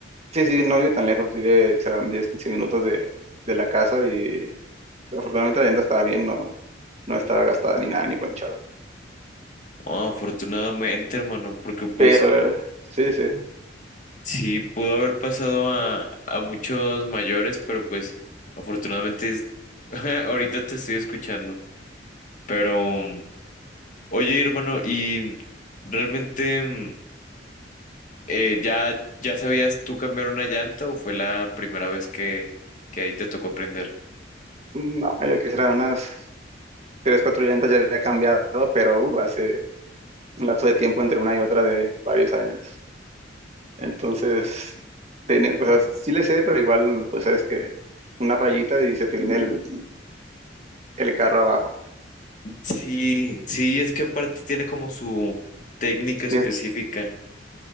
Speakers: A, on the right; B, on the left.
A: Sí, sí, no vive tan lejos, vive, serán 10, 15 minutos de, de la casa y afortunadamente la llanta estaba bien, no, no estaba gastada ni nada, ni ponchado.
B: Ah, afortunadamente, hermano, porque pues
A: Pero eh, sí, sí,
B: Sí, pudo haber pasado a, a muchos mayores, pero pues afortunadamente es- <laughs> ahorita te estoy escuchando. Pero, mm, oye, hermano, ¿y realmente mm, eh, ya, ya sabías tú cambiar una llanta o fue la primera vez que, que ahí te tocó aprender?
A: no, yo quisiera unas 3, 4 llantas ya había cambiado, pero uh, hace un lapso de tiempo entre una y otra de varios años. Entonces, tiene- o sea, sí le sé, pero igual, pues sabes que una fallita y se te viene el, el carro abajo.
B: Sí, sí, es que aparte tiene como su técnica específica.
A: Tienes-